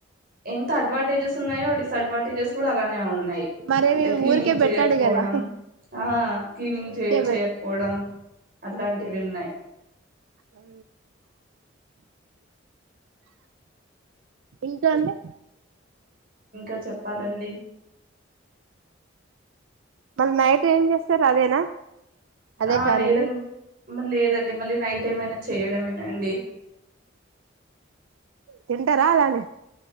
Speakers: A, on the right; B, on the right.
A: ఎంత అడ్వాంటేజెస్ ఉన్నాయో డిస్ అడ్వాంటేజెస్ కూడా అలానే ఉ న్నాయి
B: మరేవి
A: అంటే క్లీనింగ్
B: ఊరికే పెట్టాడు
A: చేయకపోవడం
B: కదా
A: ఆ క్లీనింగ్
B: ఊరికే
A: చే
B: పెట్
A: చేయకపోవడం అట్లాంటివి ఉన్నాయి
B: ఉ ఇంకా అండి
A: ఇంకా చెప్పాలండి
B: మళ్ళ నైట్ ఏం చేస్తారు అదేనా అదే
A: ఆ
B: కర్రీనా
A: లేదండి మా లేదండి మళ్ళీ నైట్ ఏమైనా చేయడమేనాండి
B: తింటారా అలానే